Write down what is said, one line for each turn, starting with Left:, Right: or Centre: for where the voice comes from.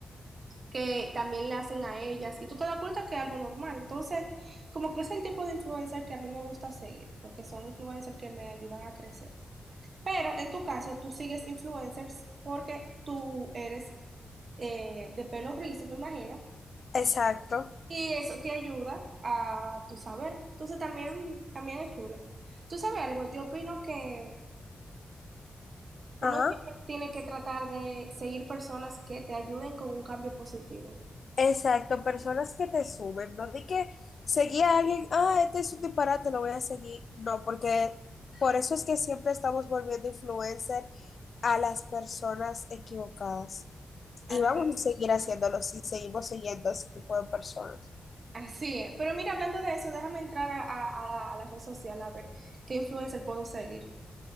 Right: que también le hacen a ellas y tú te das cuenta que es algo normal. Entonces, como que es el tipo de influencer que a mí me gusta seguir, porque son influencers que me ayudan a crecer. Pero en tu caso, tú sigues influencers porque tú eres eh, de pelo rizo, me imagino,
Left: Exacto.
Right: y eso te ayuda a tu saber. Entonces, también, también es chulo. ¿Tú sabes algo? Yo opino que uno
Left: Ajá.
Right: siempre tiene que tratar de seguir personas que te ayuden con un cambio positivo.
Left: Exacto, personas que te suben, no di que seguí a alguien, ah, este es un disparate, lo voy a seguir. No, porque por eso es que siempre estamos volviendo influencer a las personas equivocadas.
Right: Así.
Left: Y vamos a seguir haciéndolo si seguimos siguiendo a ese tipo de personas.
Right: Sí, pero mira, hablando de eso, déjame entrar a, a- a la, a la red social a ver qué influencer puedo seguir.